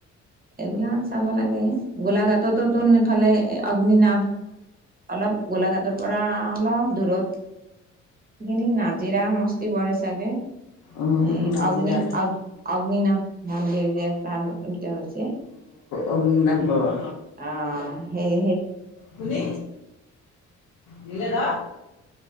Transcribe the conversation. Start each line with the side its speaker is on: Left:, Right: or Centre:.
Right: এইবিলাকান চাব লাগে গোলাঘাটতোতোন ইফালে অগ্নি নাভ অলপ গোলাঘাটৰ পৰা অলপ দূৰত সেখিনি নাজৰা সমস্তি পৰে চাগে
Left: উম
Right: এ
Left: নাজিৰা
Right: অগ্নি অগ্নিনাভ মন্দিৰ যে এটা নতুনকে হৈছে
Left: অগ্নীনাভ বাবা।
Right: অ সে হে
Left: কুনি নিল দ